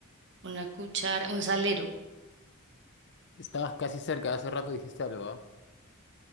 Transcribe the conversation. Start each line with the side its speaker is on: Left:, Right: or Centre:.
Right: Una cuchara, un salero,
Left: estabas casi cerca, hace rato dijiste algo, ¿ah?